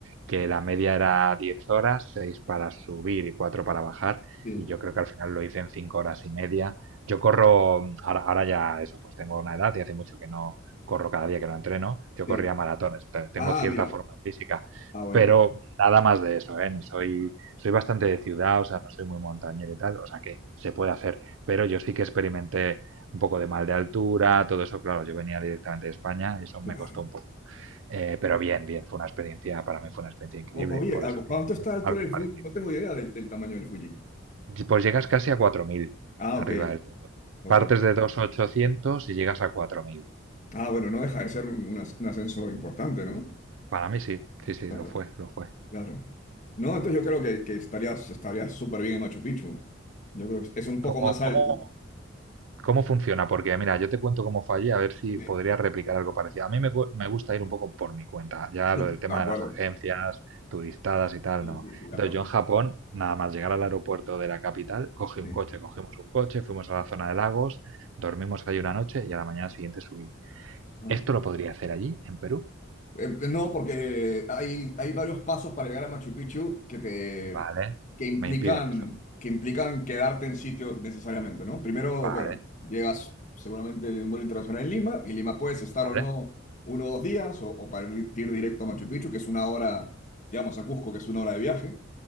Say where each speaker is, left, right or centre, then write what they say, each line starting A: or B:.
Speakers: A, on the right; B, on the left.
A: que la media era 10 horas, 6 para subir y 4 para bajar,
B: Sí,
A: y yo creo que al final lo hice en 5 horas y media. Yo corro, ahora, ahora ya eso, pues tengo una edad y hace mucho que no corro cada día que no entreno, yo
B: sí.
A: corría maratones, o sea, tengo
B: Ah,
A: cierta
B: mira.
A: forma física,
B: Ah, bueno.
A: pero nada más de eso, ¿eh? Ni soy, soy bastante de ciudad, o sea, no soy muy montañero y tal, o sea que se puede hacer. Pero yo sí que experimenté un poco de mal de altura, todo eso, claro, yo venía directamente de España y eso
B: Claro.
A: me costó un poco. Eh, pero bien, bien, fue una experiencia, para mí fue una experiencia increíble,
B: O- oye,
A: por
B: ¿a
A: eso quiero
B: ¿cuánto está
A: hacer
B: la altura
A: algo
B: del
A: parecido.
B: Fuji? No tengo idea del, del tamaño del Fuji.
A: Y Pues llegas casi a 4.000
B: Ah,
A: arriba
B: ok,
A: del todo.
B: ok.
A: Partes de 2.800 y llegas a cuatro mil
B: Ah, bueno, no deja de ser un, un as- un ascenso importante, ¿no?
A: Para mí sí, sí, sí,
B: Claro,
A: lo fue, lo fue.
B: claro. No, entonces yo creo que, que estarías, estarías súper bien en Machu Picchu. Yo creo que es un poco
A: ¿Cómo,
B: más
A: cómo
B: alto.
A: ¿Cómo funciona? Porque mira, yo te cuento cómo fallé, a ver si
B: Sí,
A: podría replicar algo parecido. A mí me, cu- me gusta ir un poco por mi cuenta, ya
B: sí,
A: lo del tema
B: de acuerdo.
A: de las agencias, turistadas y tal,
B: Sí,
A: no.
B: sí, sí, de
A: Entonces
B: acuerdo.
A: yo en Japón, nada más llegar al aeropuerto de la capital, cogí
B: Sí.
A: un coche, cogimos un coche, fuimos a la zona de lagos, dormimos ahí una noche y a la mañana siguiente subí.
B: Ah.
A: ¿Esto lo podría hacer allí, en Perú?
B: Eh, no, porque hay, hay varios pasos para llegar a Machu Picchu que te
A: Vale,
B: que implican,
A: me impiden eso.
B: que implican quedarte en sitios necesariamente, ¿no? Primero,
A: Vale,
B: bueno, llegas seguramente de un vuelo internacional en Lima, y Lima puedes estar
A: vale.
B: o no uno o dos días, o, o para ir ir directo a Machu Picchu, que es una hora, digamos, a Cusco, que es una hora de viaje,